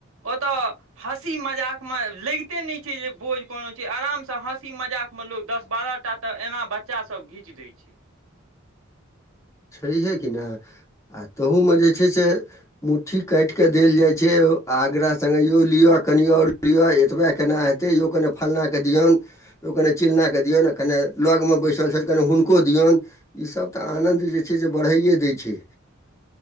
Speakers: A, on the right (about 80°); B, on the left (about 15°).
A: ओतय हँसी मजाकमे लगिते नहि छै जे बोझ कोनो छै आरामसँ हँसी मजाक म लोक दस बारह टा तऽ एना बच्चा सभ घीच दै छै
B: <inaudible> छैहे कि नहि आ ताहूमे जे छै से मुट्ठी काटिके देल जाइ छै आ आग्रह सङ्गे यौ लिअ कनि और लिअ एतबे केना हेतै यौ कनि फलनाँ के दिऔन कनि चिलना के दिऔन कनि लौग में बैसल छैथ कनि हूनको दिऔन इ सब त आनंद जे छै से बढ़ाइए दै छै